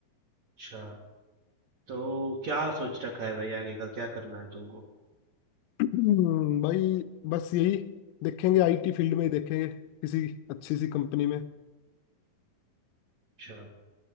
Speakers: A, on the right (about 60°); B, on the left (about 80°).
A: अच्छा तो क्या सोच रखा है भाई आगे का क्या करना है तुमको
B: <clears throat> हम्म, भाई बस यही देखेंगे आईटी फील्ड में ही देखेंगे किसी अच्छी सी कंपनी
A: अच्छा